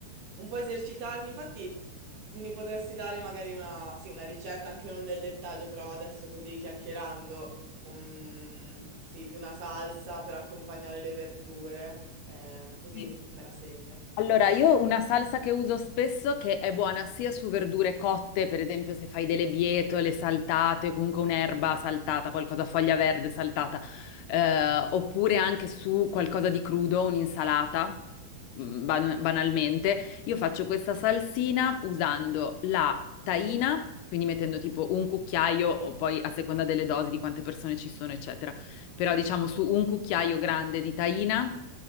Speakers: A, on the right; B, on the left.
A: un po' esercitarmi. Infatti mi potresti dare magari una, sì, una ricetta, anche non del dettaglio, però adesso così chiacchierando, un- sì, di una salsa per accompagnare le verdure, eh, così
B: Sì.
A: ini- me la segno.
B: Allora, io una salsa che uso spesso che è buona sia su verdure cotte, per esempio se fai delle bietole saltate, o comunque un'erba saltata, qualcosa foglia verde saltata, eh, oppure anche su qualcosa di crudo, un'insalata, mm, ban- banalmente. Io faccio questa salsina usando la tahina, quindi mettendo tipo un cucchiaio o poi a seconda delle dosi di quante persone ci sono, eccetera però diciamo su un cucchiaio grande di tahina,